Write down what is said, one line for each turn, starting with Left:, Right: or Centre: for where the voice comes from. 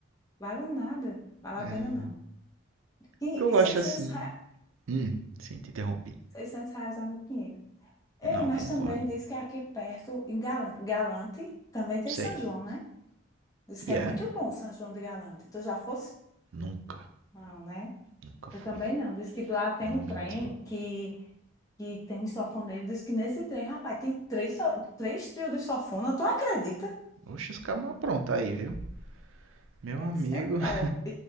Left: Vale nada, vale
Right: É.
Left: a pena não. E
Right: O que eu gosto
Left: 600
Right: assim.
Left: reais,
Right: Hum, sim, te interrompi.
Left: 600 reais é muito dinheiro. Ei,
Right: Não,
Left: mas
Right: eu concordo.
Left: também diz que aqui perto, em Galan- Galante, também tem
Right: Sei.
Left: São João, né? Diz que
Right: E yeah.
Left: é muito
Right: é?
Left: bom São João de Galante. Tu já fosse?
Right: Nunca,
Left: Não, né?
Right: nunca fui.
Left: Eu também não. Diz que lá tem
Right: Não
Left: um
Right: vou mentir.
Left: trem que, que tem um sofoneiro. Diz que nesse trem, rapaz, tem três, so- três trios de sofona. Tu acredita?
Right: Oxe, os cabas pronto aí, viu? Meu
Left: Deve
Right: amigo.
Left: ser top.
Right: <laughs>